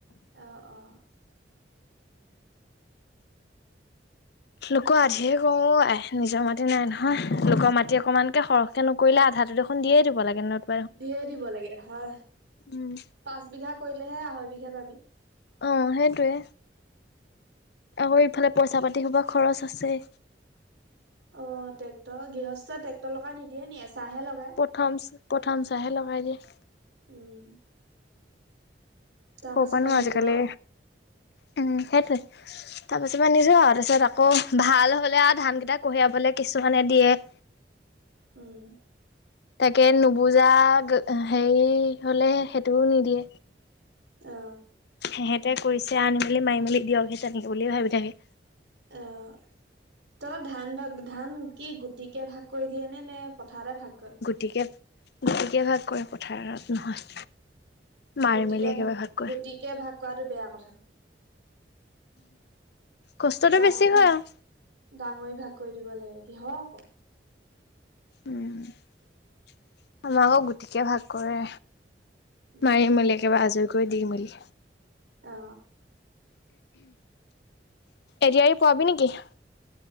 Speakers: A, on the right; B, on the left.
A: অঁ অঁ।
B: লোকৰ আধিয়ে কৰো আই নিজৰ মাটি নাই নহয় লোকৰ মাটি অকণমানকে সৰহ কনো কৰিলে আধাটো দেখোন দিয়ে দিব লাগে ন
A: দিয়ে দিব লাগে হয়
B: উম
A: পাঁচ বিঘা কৰিলেহে আঢ়ৈ বিঘা পাবি।
B: অঁ সেইটোৱে আকৌ ইফালে পইচা পাতি হোপা খৰচ আছেই।
A: অ ট্ৰেক্টৰ গৃহস্থ ট্ৰেক্টৰ লগাই নিদিয়ে নি এচাহে লগাই।
B: প্ৰথমচ প্ৰথম চাহে লগাই দিয়ে।
A: উম। তাৰ
B: হপানো
A: পাছৰ পৰা নিজৰ
B: আজি কালি উম সেইটোৱে। তাপিছপা নিজ আৰু তাৰপিছত আকৌ ভাল হলে আৰু ধান কেইটা কঢ়িয়াবলে কিছুমানে দিয়ে।
A: উম।
B: তাকে নুবুজা গ হেৰি হলে সেইটোও নিদিয়ে।
A: অঁ।
B: সেহেঁতে কৰিছে আনি মেলি মাৰি মেলি দিয়ক সি তেনেকে বুলিয়ে ভাবি থাকে।
A: অঁ তলত ধান ভাগ ধান কি গুটিকে ভাগ কৈ দিয়ে নে নে পথাৰতে ভাগ কয়ে।
B: তিকে গোতিকে ভাগ কৰে পথাৰত নহয়। মাৰি
A: গূতিকে
B: মেলি একেবাৰে
A: ভাগ
B: কৰে
A: গতিকে ভাগ কৱাটো বেয়া কথা।
B: কষ্টটো
A: ডাঙৰি
B: বেছি হয়
A: ভাগ
B: আৰু।
A: ডাঙৰি ভাগ কৰি দিব লাগে কি হয় অ'ক।
B: উম আমাকৌ গোতিকে ভাগ কৰে।
A: উম
B: মাৰি মেলি একেবাৰে আজৰি কৰি দি মেলি।
A: অ।
B: এডিআৰি পোৱাবি নিকি।